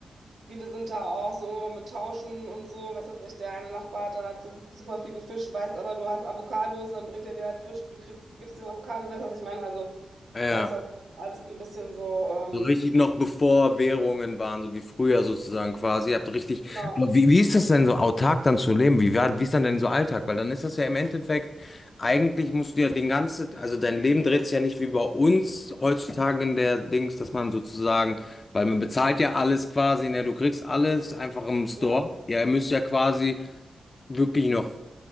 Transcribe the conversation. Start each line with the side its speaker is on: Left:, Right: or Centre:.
Right: Viele sind da auch so mit Tauschen und so. Weiß jetzt nicht, der eine Nachbar hat dann hat so super viel gefischt, weiß aber, du hast Avocados, dann bringt er dir halt Fisch, du kriegst, gibst ihm Avocados, weißt du, was ich meine? Also,
Left: Ja.
Right: da ist das alles ein bisschen so, ähm,
Left: So richtig noch bevor Währungen waren, so wie früher sozusagen quasi. Ihr habt richtig.
Right: ja,
Left: Aber wie, wie ist das denn so autark dann zu leben? Wie war, wie ist dann denn so Alltag? Weil dann ist das ja im Endeffekt, eigentlich musst du ja den ganzen, also dein Leben dreht sich ja nicht wie bei uns heutzutage in der Dings, dass man sozusagen, weil man bezahlt ja alles quasi, ne, du kriegst alles einfach im Store.
Right: ja.
Left: Ja, ihr müsst ja quasi wirklich noch